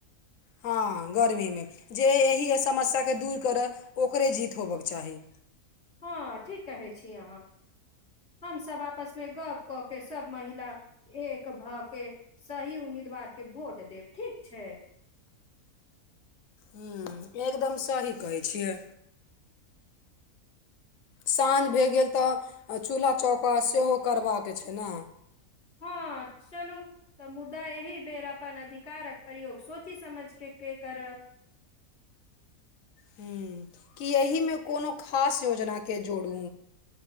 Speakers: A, on the left; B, on the left.
A: हँ गर्मीमे जे एहि असमस्याके दूर करय ओकरे जीत होबयके चाही
B: हँ ठीक कहै छी अहाँ हम सभ आपसमे गप कऽ के सब महिला एक भऽ के सही उम्मीद उम्मीदवार के भोट देब ठीक छै
A: हू एकदम सही कहै छियै साँझ भए गेल तऽ चूल्हा चौका सेहो करबाक छै न
B: हँ हँ चलू तऽ मुद्दा एहि बेर अपन अधिकारक प्रयोग सोचि समझ के केकरब <inaudible>
A: हू कि एहिमे कोनो खास योजनाकेँ जोरू